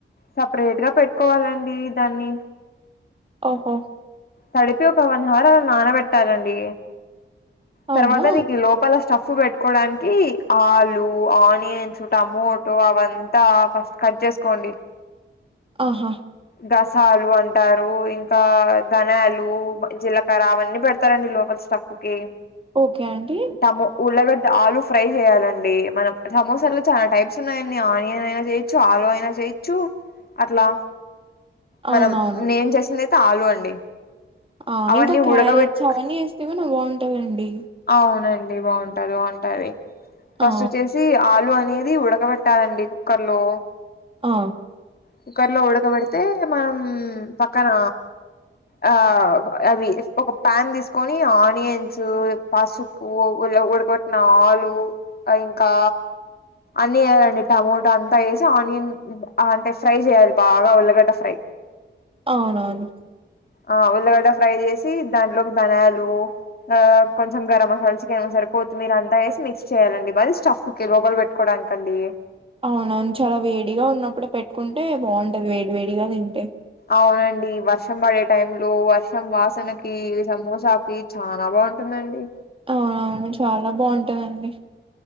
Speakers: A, on the left (about 50°); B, on the right (about 30°).
A: సపరేట్ గా పెట్టుకోవాలండి దాన్ని
B: ఓహో
A: తడిపి ఒక వన్ హవర్ అలా నానబెట్టాలండి తర్వాత
B: అవునా
A: నీకు లోపల స్టఫ్ పెట్టుకోవడానికి ఆలు ఆనియన్స్ టమోటో అవంతా ఫస్ట్ కట్ చేసుకోండి
B: ఆహా
A: దసాలు అంటారు ఇంకా ధనాలు జీలకర్ర అవన్నీ పెడతారండి లోపల స్టఫ్ కి
B: ఓకే ఆంటీ
A: టమో ఉల్లగడ్డ ఆలు ఫ్రై చేయాలండి మనం సమోసాలో చాలా టైప్స్ ఉన్నాయండి ఆనియన్ అయినా చేయొచ్చు ఆలు అయినా చేయచ్చు దిచ్చు అట్లా
B: అవునవును
A: మనం నేం చేసిందియితే ఆలు అండి
B: ఆ
A: అవన్నీ
B: ఇంకా క్యారెట్
A: ఉడకబెట్
B: అవన్నీ వేస్తే కూడా బాగుంటాందండి
A: అవునండి బాగుంటది బాగుంటది ఫస్ట్
B: ఆ
A: వచ్చేసి ఆలు అ అనేది ఉడకబెట్టాలండి కుక్కర్ లో
B: ఆ
A: కుక్కర్లో ఉడకబెడితే మనం పక్కన ఆ అవి ఒక ప్యాన్ తీసుకొని ఆనియన్స్ పసుపు ఇలా ఉడకొట్టిన ఆలు ఇంకా అన్ని వేయాలండి టమోటా అంతా వేసి ఆనియన్ అంటే ఫ్రై చేయాలి బాగా ఉల్ళగడ్డ ఫ్రై
B: అవునవును
A: ఆ ఉల్లగడ్డ ఫ్రై చేసి దాంట్లోకి ధనాలు ఆ కొంచె గరం మసాల చికెన్స సే కొత్తిమీర అంతా వేసి మిక్స్ చేయాలండి బది స్టఫ్కి లోపల పెట్టుకోవడంనికి కండి
B: అవునవును చాలా వేడిగా ఉన్నప్పుడే పెట్టుకుంటే బాగుంటది వేడి వేడిగా తింటే
A: అవునండి వర్షం పడే టైం లో వర్షం వాసనకి సమోసాకి చాలా బాగుంటుందండి
B: అవునవును చాలా బావుంటాదండి